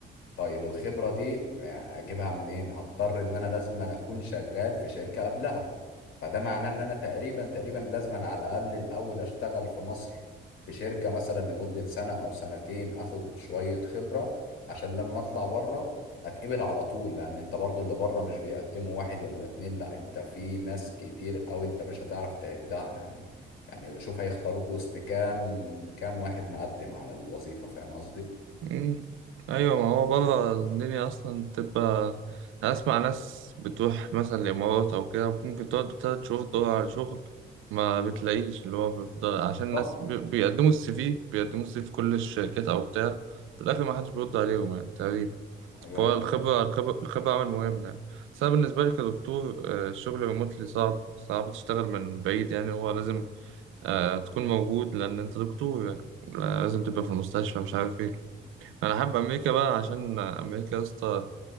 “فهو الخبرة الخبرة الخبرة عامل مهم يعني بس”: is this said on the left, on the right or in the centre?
Right